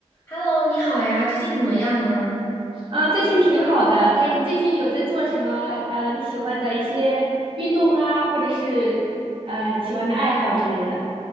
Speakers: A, on the left (about 25°); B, on the right (about 45°).
A: Hello，你好呀，最近怎么样呢？
B: 啊，最近挺好的，但是你最近有在做什么？呃，你喜欢的一些运动啊，或者是呃你喜欢的爱好之类的。